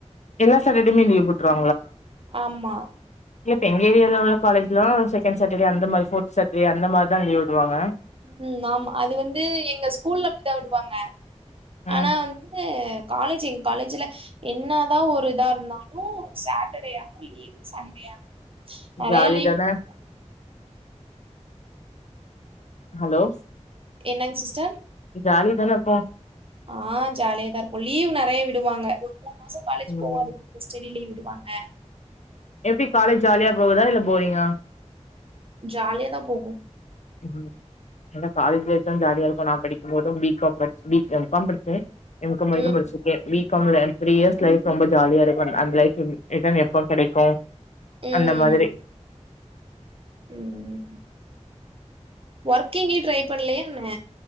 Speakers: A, on the left; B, on the right.
A: எல்லா சேட்டர்டேமே லீவ் விட்ருவாங்களா
B: ஆமா
A: இப்ப எங்க ஏரியாவ்ல உள்ள காலேஜ்லா செகண்ட் சாட்டர்டே அந்த மாரி ஃபோர்த் சட்டர்டே அந்த மார்தா லீவ் விடுவாங்க
B: ம் ஆமா அது வந்து எங்க ஸ்கூல்ல அப்டி தா விடுவாங்க
A: ம்
B: ஆனா வந் து காலேஜ் எங்க காலேஜுல என்ன தா ஒரு இதா இருந்தாலு சாட்டர்டேயானா லீவ் லீவு சண்டேயானா <inaudible> நெறையா
A: ஜாலி
B: லீவ்
A: தானே
B: விட்றாங்க
A: ஹலோ
B: என்னங் சிஸ்டர்
A: நீ ஜாலியா தான இருப்போ
B: ஆ ஜாலிய தா இருப்போ லீவ் நெறையா விடுவாங்க ஒரு மூணு மாச காலேஜ்
A: ம்
B: போவாது ஸ்டெடி லீவ் விடுவாங்க
A: எப்டி காலேஜ் ஜாலியா போகுதா இல்ல போரிங்கா
B: ஜாலியா தா போகு
A: ம் ஆனா காலேஜ் லைஃப்தா ஜாலியா இருக்கு நா படிக்கும் போது பி காம் படிச் பி எம் காம் படிச்சே எம் காம் வரைக்கு
B: ம்
A: படிச்சிருக்கே பி காம்ல த்ரீ இயர்ஸ் லைஃப் ரொம்ப ஜாலியா இருக்கு அந் அந்த லைஃப் திரும்பி ரிட்டன் எப்ப கெடைக்கு
B: ம்
A: அந்த மாதிரி
B: ம் ஒர்க் எங்கயு ட்ரை பண்லையா என்ன